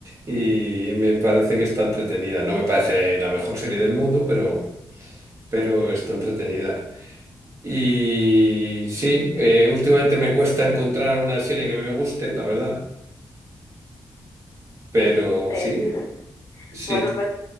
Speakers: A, on the right; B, on the left.
A: y me parece que está entretenida. No me parece la mejor serie del mundo, pero, pero está entretenida. Y sí, eh, últimamente me cuesta encontrar una serie que me guste, la verdad. Pero
B: En serio.
A: sí, sí,
B: Bueno, pues